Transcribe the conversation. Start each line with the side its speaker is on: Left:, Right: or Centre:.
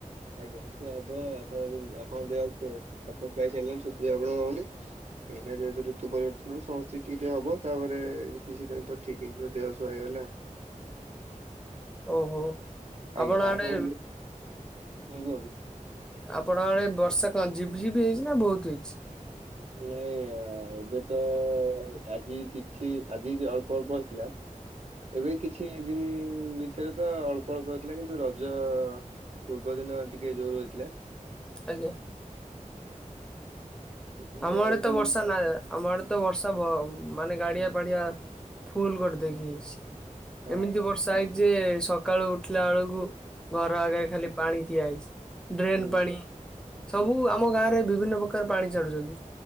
Right: ଆଜ୍ଞା ସିଏ ହବ ଆପଣ ଯଦି ଆପଣଙ୍କ ଦେହ ଖାପ ଖୁଆଇ ସାରିଲେଣି ସେଥିପାଇଁ ଆପଣଙ୍କୁ ହଉନି। ଏଇନା ଯେହେତୁ ଋତୁ ପରିବର୍ତ୍ତନ ସମସ୍ତକୁ ଟିକେ ଟିକେ ହବ ତାପରେ କିଛି ଦିନ ପରେ ଠିକ୍ ହେଇଯିବ ଦେହ ସୁହା ହେଇଗଲେ ଆଉ
Centre: ଓହୋ।
Right: ଆଜ୍ଞା
Centre: ଆପଣ
Right: ଆପଣକୁ
Centre: ଆଡେ
Right: ମୁଁ ଘରୁ
Centre: ଆପଣ ଆଡ଼େ ବର୍ଷା କଣ ଝିପି ଝିପି ହେଇଛି ନା ବହୁତ ହେଇଛି।
Right: ନାଇଁ ଆ ଏବେ ତ ଆଜି କିଛି ଆଜି ଯ ଅଳ୍ପ ଅଳ୍ପ ହେଇଥିଲା। ଏବେ କିଛି ଦିନ ଭିତରେ ତ ଅଳ୍ପ ଅଳ୍ପ ହେଉଥିଲା କିନ୍ତୁ ରଜ ପୂର୍ବ ଦିନ ଟିକେ ଜୋର ହୋଇଥିଲା।
Centre: ଆଜ୍ଞା।
Right: ଏବେ
Centre: ଆମ
Right: ଯାହାତୁ
Centre: ଆଡେ ତ ବର୍ଷା ନାଇଆ। ଆମ ଆଡ଼େତ ବର୍ଷା ମାନେ ଗାଡ଼ିଆ ପାଡ଼ିଆ ଫୁଲ କରି ଦେଇକି ଯାଇଛି।
Right: ହଁ
Centre: ଏମିତି
Right: ହୁଁ
Centre: ବର୍ଷା ହେଇଛି ସକାଳୁ ଉଠିଲା ବେଳକୁ ଘର ଆଗରେ ଖାଲି ପାଣି ଦିଆଯଇଛି ଡ୍ରେନ
Right: ହୁଁ
Centre: ପାଣି
Right: ହୁଁ
Centre: ସବୁ ଆମ ଗାଁ ରେ ବିଭିନ୍ନ ପ୍ରକାର ପାଣି ଛାଡୁଛନ୍ତି।